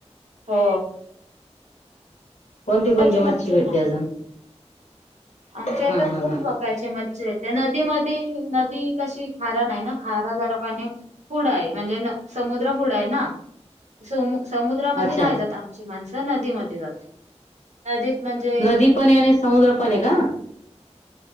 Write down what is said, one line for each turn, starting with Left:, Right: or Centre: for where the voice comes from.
Right: हो
Left: कोणती
Right: स्वतःची
Left: कोणती मच्छी भेटते
Right: ना
Left: अजून.
Right: आमच्या
Left: हा
Right: इथ
Left: हा
Right: खूप
Left: हा
Right: प्रकारचे मच्छी येते नदीमध्ये नदी कशी खारा नाही ना खारा जरा पाणी पूड आहे म्हणजे न समुद्र पूडय ना समू समुद्रामध्ये
Left: अच्छा
Right: नाही जात आमची माणसं नदीमध्ये जात नदीत म्हणजे
Left: नदी पण आहे आणि समुद्र पण आहे का.